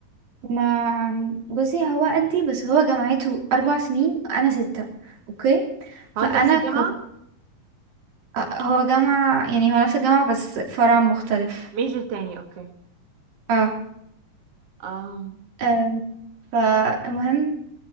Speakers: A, on the right; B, on the right.
A: ما بصي هو قدي بس هو جامعته اربع سنين انا ستة اوكي فانا
B: هو انت نفس الجامعة؟
A: كنت آه، هو جامعة يعني هو نفس الجامعة بس فرع مختلف
B: ميجر تاني اوكي
A: اه
B: اه
A: آم، فالمهم